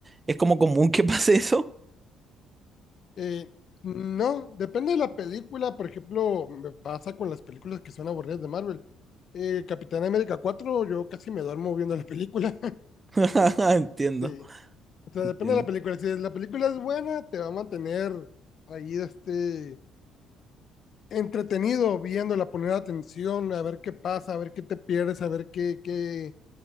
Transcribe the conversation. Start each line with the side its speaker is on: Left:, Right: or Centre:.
Right: es como común que pase eso.
Left: Eh, no, depende de la película. Por ejemplo, me pasa con las películas que son aburridas de Marvel. Eh, Capitán América 4 yo casi me duermo viendo la película. <laughs>
Right: <laughs> Entiendo,
Left: Sí. O sea,
Right: entiendo.
Left: depende de la película. Si la película es buena, te va a mantener ahí este, entretenido viéndola, poner atención, a ver qué pasa, a ver qué te pierdes, a ver qué, qué,